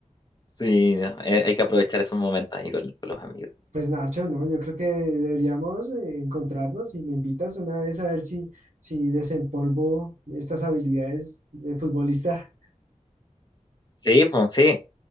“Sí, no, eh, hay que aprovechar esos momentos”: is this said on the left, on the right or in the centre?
Left